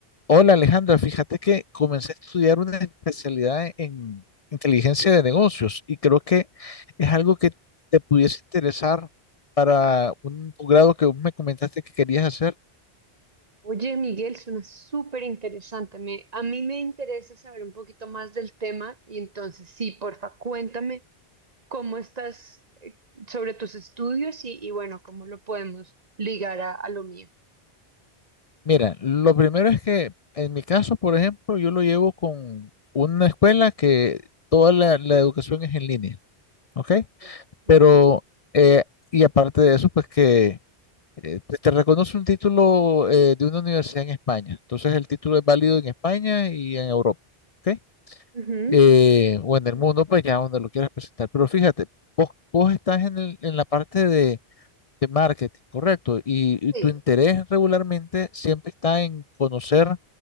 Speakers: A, on the left (about 45°); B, on the right (about 40°).
A: Hola Alejandra, fíjate que comencé a estudiar una especialidad en inteligencia de negocios y creo que es algo que te pudiese interesar para un grado que vos me comentaste que querías hacer.
B: Oye, Miguel, suena súper interesante. Me, a mí me interesa saber un poquito más del tema y entonces sí, porfa, cuéntame cómo estás eh, sobre tus estudios y, y bueno, cómo lo podemos ligar a, a lo mío.
A: Mira, lo primero es que en mi caso, por ejemplo, yo lo llevo con una escuela que toda la, la educación es en línea, ¿ok?
B: Ya. Ok.
A: Pero, eh, y aparte de eso, pues que eh, te te reconoce un título eh, de una universidad en España. Entonces el título es válido en España y en Europa, ¿ok?
B: Ujú.
A: Eh, o en el mundo, pues ya donde lo quieras presentar. Pero fíjate, vos, vos estás en el- en la parte de, de marketing, correcto, y, y
B: Sí,
A: tu interés regularmente siempre está en conocer